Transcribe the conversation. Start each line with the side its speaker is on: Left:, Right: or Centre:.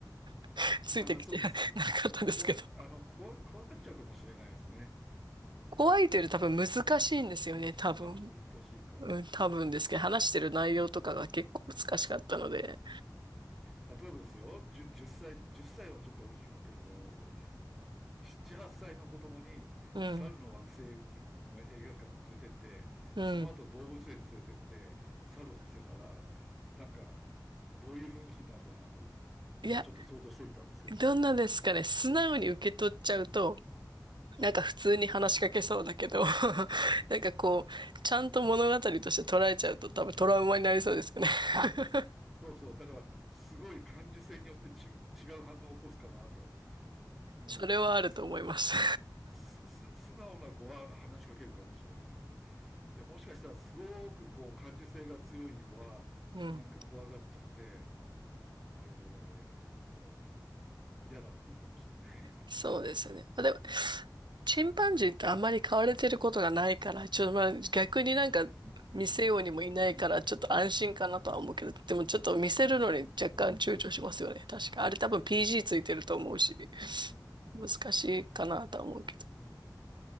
Right: <laughs> ついてきて
Centre: ああ、<laughs> そうですか。
Right: <laughs> なかったんですけど
Centre: こわ、あの、こわ、怖がっちゃうかもしれないですね。
Right: 怖いというより多分難しいんですよね多分
Centre: あ、あ難しいか。
Right: うん、多分ですけど、話してる内容とかが結構難しかったので、
Centre: うん、うん、例えばですよ、10、歳、1歳はちょっと大きくなってるからあれだけど、7、8歳の子供に猿の惑星にの映画館連れてって、
Right: うん、うん。
Centre: その後動物園連れてって猿を見せたら、なんかどういう雰囲気になるかなと、今ちょっと想像してみたんですけどね。
Right: いや、どんなですかね、素直に受け取っちゃうと、
Centre: <laughs> うん、
Right: なんか普通に話しかけそうだけど、<laughs>
Centre: うん、うん。
Right: なんかこう、ちゃんと物語として捉えちゃうと多分トラウマになりそうですよね。<laughs>
Centre: そうそう。だから、すごい感受性によってち違う反応を起こすかなと。うん。
Right: それはあると思います。
Centre: す、す、す素直な子は話しかけるかもしれない。で、もしかしたらすごくこう感受性が強い子は、
Right: <laughs> うん。
Centre: なんか怖がっちゃって、えー、もう、嫌だって言うかもしれない。
Right: そうですね。まあ、でも、
Centre: <laughs> うん。
Right: チンパンジーってあんまり飼われてることがないから、ちょっとまあ逆になんか見せようにもいないから、
Centre: うん。
Right: ちょっと安心かなとは思うけど、でもちょっと見せるのに若干躊躇しますよね。確か。あれ多分 PG
Centre: うん。
Right: ついてると思うし、
Centre: うん。
Right: 難しいかなとは思うけど。
Centre: うん。